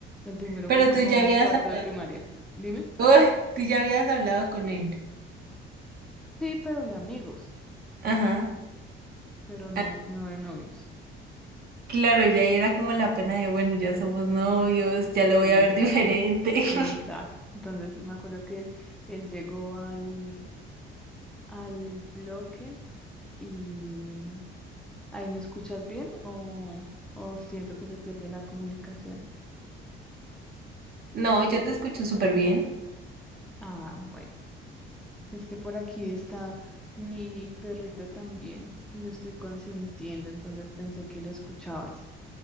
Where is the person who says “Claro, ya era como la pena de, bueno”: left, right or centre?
Right